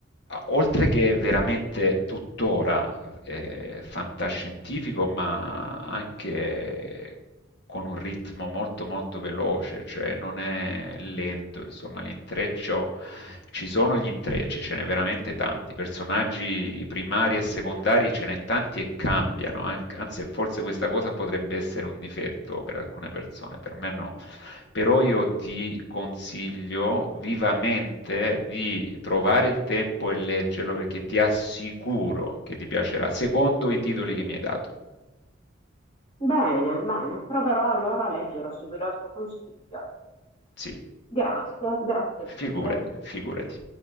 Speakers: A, on the left; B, on the left.
A: oltre che veramente tuttora eh, fantascientifico, ma anche con un ritmo molto molto veloce, cioè non è lento, insomma, l'intreccio, ci sono gli intrecci, ce n'è veramente tanti, personaggi primari e secondari ce n'è tanti e cambiano, an- anzi forse questa cosa potrebbe essere un difetto per alcune persone, per me no, però io ti consiglio vivamente di trovare il tempo e leggerlo perché ti assicuro che ti piacerà, secondo i titoli che mi hai dato.
B: Bene, bene, proverò allora a leggere, seguirò il tuo consiglio.
A: Sì,
B: Grazie, grazie molte.
A: figurati, figurati.